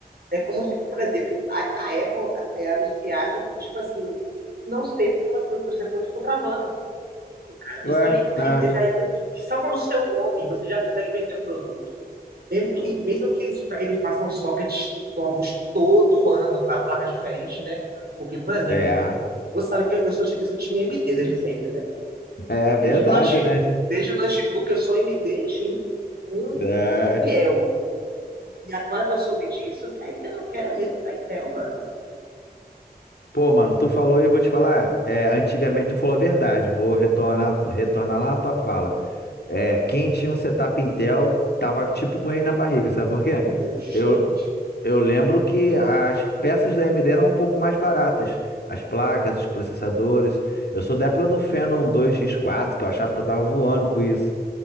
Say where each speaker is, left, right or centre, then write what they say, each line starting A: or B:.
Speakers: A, on the right (about 70°); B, on the left (about 80°).
A: É como se, por exemplo, a, a Apple é, anunciasse que, tipo assim, não sei porque os telefones estão travando. Pô, cara,
B: Ué?
A: você tem a
B: É.
A: empresa é que que só pelo seu nome você já consegue vender um produto. Mesmo que, mesmo que eles, fa- eles façam sockets novos todo ano para placas diferentes, né? Porque, por exemplo,
B: É.
A: você sabe que eu, eu sou, ti- eu sou time A M d desde sempre, né?
B: É
A: Desde
B: verdade,
A: o, note,
B: né?
A: desde o notebook eu sou A M d Team com
B: É.
A: fiel. E agora que eu soube disso, que aí que eu não quero mesmo ir para Intel, mano.
B: Pô, mano, tu falou e eu vou te falar. é, antigamente tu falou a verdade. Vou retornar, retornar lá na tua fala. É, quem tinha um setup Intel tava tipo com o rei na barriga, sabe por quê?
A: Não, justamente.
B: Eu, eu lembro que as peças da AMD eram um pouco mais baratas. As placas, os processadores. Eu sou da época do Phenom dois x quatro, que eu achava que eu tava voando com isso.